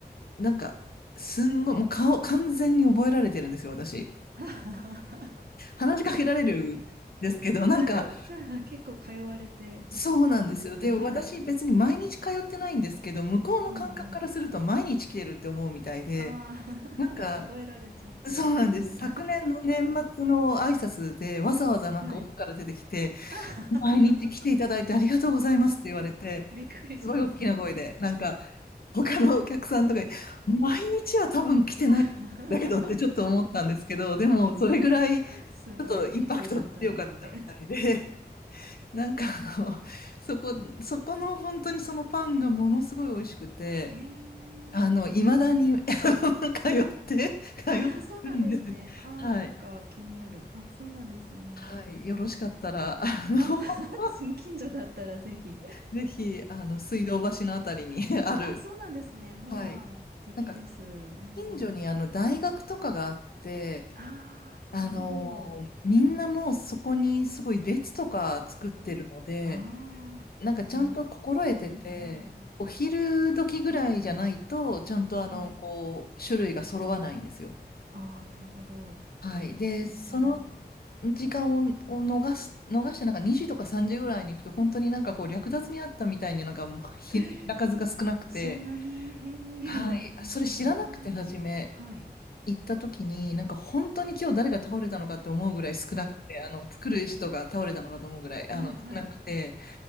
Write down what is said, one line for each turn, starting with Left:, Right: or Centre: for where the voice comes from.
Left: ーなんか、すんごい、もう顔、完全に覚えられてるんですよ、私。
Right: あ。
Left: 話しかけられるんですけど、なんか、
Right: <laughs> じゃあ、結構通われて、
Left: そうなんですよ。
Right: 買われた。
Left: で、
Right: はい。
Left: 私、別に毎日通ってないんですけど、向こうの感覚からすると、
Right: うんうん。
Left: 毎日来てるって思うみたいで、
Right: あ
Left: なんか、
Right: あ、<laughs> 覚えられちゃって。
Left: そうなんです。
Right: うん。
Left: 昨年の年末の挨拶で、わざわざなんか奥から出てきて、
Right: <laughs> はい。<laughs> あ
Left: 毎日来ていただいてありがとうございますって言われて、
Right: びっくりしますね。
Left: すごい大きな声で、なんか、他のお客さんとかに、毎日は多分来てないんだけどってちょっと思ったんですけど、
Right: <laughs>
Left: でもそれぐらいち
Right: すごい、
Left: ょっとインパクト強かったみたいで、
Right: VIP な対応で。
Left: <laughs> なんかあの、そこ、そこの本当にそのパンがものすごい美味しくて、
Right: えー、
Left: あの、いまだに、<laughs> あの、通って、通ってるんです。
Right: あーそうなんですね。あーなんか気になる。
Left: はい。
Right: あーそうなんですね。
Left: はい。よろしかったら、あの、
Right: あ
Left: <laughs>
Right: ー <laughs> 近所だったらぜひ。
Left: ぜひ、あの、水道橋のあたりに <laughs> ある、
Right: あ、そうなんですね。まあ、
Left: はい。
Right: 素敵です。
Left: なんか、
Right: うん。
Left: 近所にあの、大学とかがあって、
Right: ああ、
Left: あのーみんなもうそこにすごい列とか作ってるので、
Right: なるほど。ああ、
Left: なんかちゃんと心得てて、
Right: じゃあ、うんうん。
Left: お昼時ぐらいじゃないと、ちゃんとあの、
Right: はい。
Left: こう、種類が揃わないんですよ。
Right: ああ、なるほど。
Left: はい。で、
Right: うんうん。
Left: その時間を、を逃す、逃して、なんか2時とか3時ぐらいに行くと、本当になんかこう、略奪にあったみたいになんかもうひ、
Right: へえ
Left: 品数が少なくて、
Right: そんなに、へえ。
Left: はい。
Right: <laughs> うん、
Left: それ知らなくて、
Right: ああ、
Left: 初め。
Right: はい。
Left: 行った時に、なんか本当に今日誰が倒れたのかって思うぐらい少なくて、あの、作る人が倒れたのかと思うぐらい、
Right: はいはい。
Left: あの、少なくて、